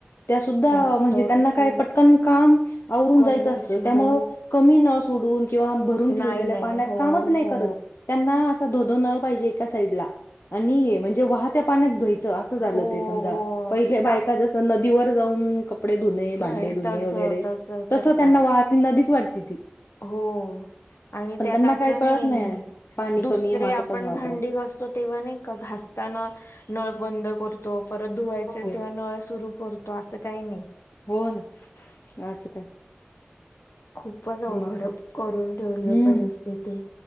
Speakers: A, on the left; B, on the left.
A: त्या सुद्धा
B: त्यात
A: म्हणजे
B: तर
A: त्यांना
B: खूप
A: काय पटकन काम आवरून
B: कशी
A: जायचं असतं त्यामुळे
B: हो
A: कमी नळ सोडून किंवा भरून ठेवले
B: नाही नाही
A: पाण्यात
B: हो
A: कामच नाही
B: हो
A: करत त्यांना अस दोन दोन नळ पाहिजे एका साईडला आणि म्हणजे वाहत्या पाण्यात धुयचं असं झालं
B: हो
A: ते समजा
B: हो
A: पहिल्या बायका
B: आ,
A: जसं नदीवर जाऊन कपडे धुणे भांडे
B: होय,
A: धुणे
B: तस
A: वगैरे
B: तस करतात
A: तसं त्यांना वाहती नदीच वाटती ती.
B: हो आणि
A: पण
B: त्यात
A: त्यांना
B: असं
A: काही कळत
B: नाही
A: पाणी
B: दुसरे
A: कमी आहे मग आता
B: आपण
A: कमी वापरा
B: भांडी घासतो तेव्हा नाही का घासताना नळ बंद करतो परत धुवायचे
A: हो
B: तेव्हा नळ सुरू कर तो असं काही नाही.
A: हो ना असं काय
B: खूपच अवघड
A: मग काय.
B: करून ठेवली
A: हम्म.
B: आहे परिस्थिती